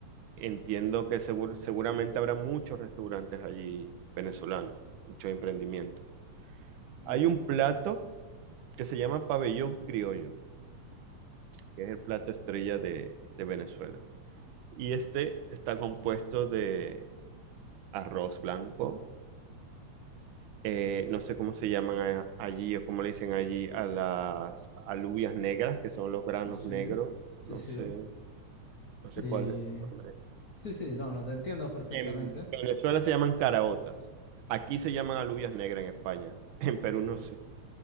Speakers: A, on the right; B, on the left.
A: entiendo que seguro- seguramente habrá muchos restaurantes allí venezolanos, muchos emprendimientos.
B: Ujú.
A: Hay un plato que se llama pabellón criollo. que es el plato estrella de, de Venezuela. Y este está compuesto de arroz blanco, eh, no sé cómo se llaman a- allí o cómo le dicen allí a las alubias negras, que son los granos
B: Sí, sí,
A: negros,
B: sí,
A: no
B: sí.
A: sé, no sé
B: Eh,
A: cuál es el nombre.
B: sí, sí, no, no, te entiendo perfectamente.
A: En Venezuela se llaman caraotas, aquí se llaman alubias negras en España, <laughs> en Perú no sé,